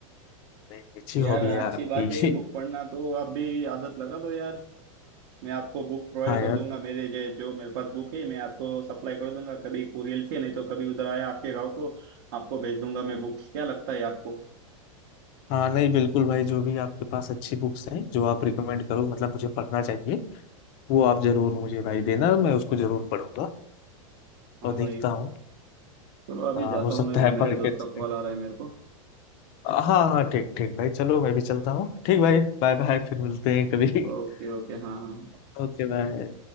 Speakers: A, on the left; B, on the right.
A: नहीं अच्छी
B: <laughs> यार
A: हॉबी
B: अच्छी
A: है आपकी
B: बात है बुक पढ़ना तो आप भी आदत लगा दो यार मैं आपको बुक प्रोवाइड
A: <laughs> हाँ
B: कर
A: यार
B: दूंगा मेरे जे, जो मेरे पास बुक है मैं आपको सप्लाई कर दूंगा कभी कुरियर से नहीं तो कभी उधर आया आपके गांव को आपको भेज दूंगा मैं बुक्स क्या लगता है आपको
A: हाँ नहीं बिल्कुल भाई जो भी आपके पास अच्छी बुक्स हैं जो आप रिकमेंड करो मतलब मुझे पढ़ना चाहिए वो आप जरूर मुझे भाई देना मैं उसको जरूर पढ़ूंगा
B: हाँ
A: और देखता
B: भाई
A: हूँ
B: चलो अभी
A: हाँ,
B: जाता
A: हो सकता
B: हूँ मैं
A: है
B: मेरे
A: पढ़ के
B: दोस्त
A: अच्छे-
B: का कॉल आ रहा है मेरे को
A: हाँ हाँ ठीक ठीक भाई चलो मैं भी चलता हूँ ठीक भाई बाय बाय फिर मिलते हैं कभी
B: ओके
A: <laughs>
B: ओके हाँ हाँ
A: ओके बाय